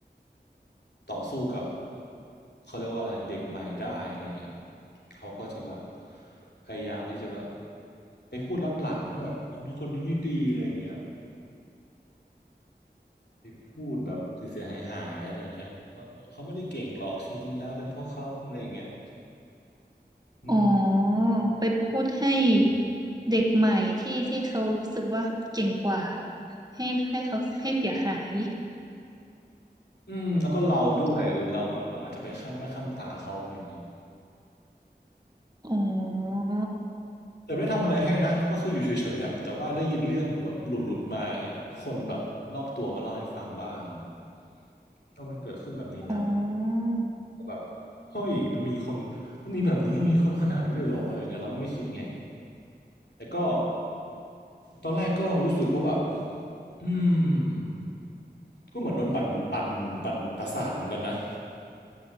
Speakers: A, on the left; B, on the right.
A: ต่อสู้กับเขาเรียกว่าอะไรเด็กใหม่ได้อะไรเงี้ยเขาก็จะแบบพยายามที่จะแบบไปพูดลับหลังว่าแบบคนนู้นคนนี้ไม่ดีอะไรอย่างเงี้ยไปพูดแบบเสียหายหายอะไรอย่างเงี้ย่เขาไม่ได้เก่งหรอกจริงๆแล้วเป็นเพราะเขาอะไรอย่างเงี้ยอืม
B: อ๋อไปพูดให้เด็กใหม่ที่ที่เขารู้สึกว่าเก่งกว่าให้ให้เขาให้เสียหาย
A: อืมแล้วก็เราด้วยหรือเราแบบเราอาจจะไปข้ามหน้าข้ามตาเขาอะไรอย่างเงี้ย
B: อ๋อ
A: แต่ไม่ได้ทำอะไรให้นะก็คืออยู่เฉยๆอะแต่ว่าได้ยินเรื่องแบบหลุดๆมาอย่างเงี้ยคนแบบรอบตัวมาเล่าให้ฟังบ้างเลยก็มันเกิดขึ้นแบบนี้นะ
B: อ๋อ
A: แบบเฮ้ยมันมีคนมันมีแบบนี้มีคนขนาดนี้เลยเหรออะไรเงี้ยเราก็ไม่คิดไงแต่ก็ตอนแรกก็รู้สึกว่าแบบอืมก็เหมือนโดนปั่นปั่นปั่นประสาทเหมือนกันนะ